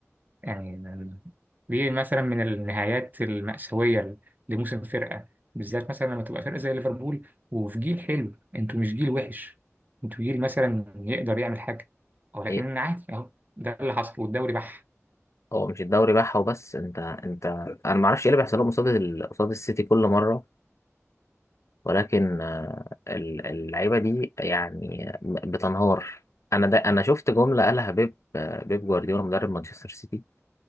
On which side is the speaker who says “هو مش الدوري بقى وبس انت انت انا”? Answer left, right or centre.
Left